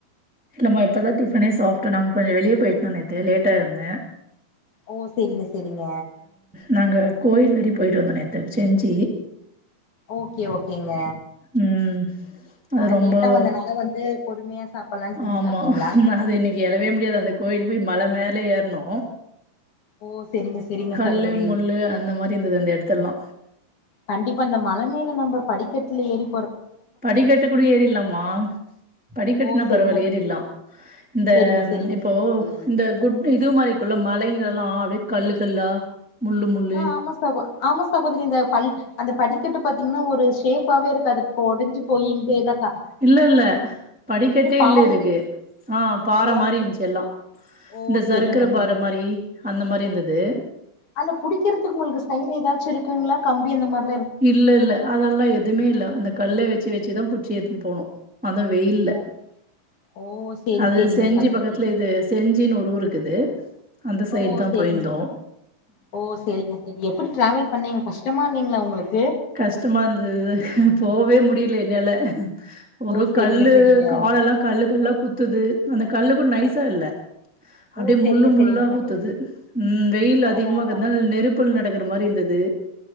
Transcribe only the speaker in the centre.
இல்லம்மா இப்பதா டிஃப்னே சாப்பிட்டோ நாங்க கொஞ்சோ வெளியே போயிட்டோ நேத்து லேட்டா எழுந்த
நாங்க கோயில் வர போயிட்டு வந்தோ நேத்துக்கு செஞ்சு
ம் அது
ரொம்ப
ஆமா
அது இன்னிக்கு எழவே முடியாது அந்த கோயில் போய் மல மேல ஏறனு
கல்லு
முள்ளு அந்த மாரி இருந்தது அந்த எடத்தல்லா
படிக்கட்டு கூட ஏறிலமா படிக்கட்ன
பரவாயில ஏறிலா இந்த
இப்போ
இந்த குட் இது மாரிக்குள்ள மலை அதுல்லா அப்டியே கல்லு கல்லா முள்ளு முள்ளு
இல்ல இல்ல படிக்கட்டே
இல்ல இதுக்கு அ பாற
மாரி
இருந்துச்சு எல்லா
இந்த சறுக்கிற
பாறை மாரி அந்த மாரி இருந்துது
இல்ல இல்ல அதெல்லா எதுவுமே இல்ல அந்த கல்ல வெச்சு வெச்சுதா புடிச்சி ஏத்துன்னு போனு அது வெயில்ல
அது
செஞ்சி
பக்கத்துல இது செஞ்சின்னு ஒரு ஊரு இக்குது அந்த சைட்
தா
போயிருந்தோ
கஷ்டமா இந்தது போவே முடில என்னால ஒரு
கல்லு
காலெல்லா கல்லு கல்லா குத்துது அந்த கல்லுக்குட நைசா
இல்ல அப்டியே
முள்ளு முள்ளா
குத்துது ம் வெயில் அதிக
இக்குறதால நெருப்புல நடக்கிற மாரி இருந்துது